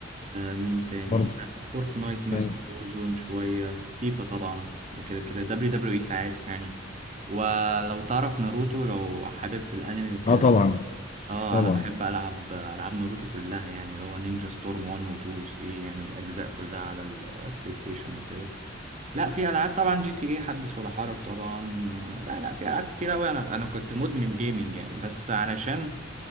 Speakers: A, on the right; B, on the left.
A: مين تاني
B: برضو
A: آه، فورتنايت مثلا
B: جامد
A: وورزون شويه فيفا طبعا ده كده كده دبليو دبليو اي ساعات يعني ولو تعرف ناروتو لو حابب في الانمي وكده
B: اه طبعا
A: اه
B: طبعا
A: انا بحب العب العاب ناروتو كلها يعني اللي هو نينجا ستورم 1 و 2 و 3 يعني الاجزاء كلها على البلاي ستيشن وكده لا في العاب طبعا جي تي اي حدث ولا حرج طبعا آه، لا لا في العاب كتير قوي انا انا كنت مدمن جيمنج يعني بس علشان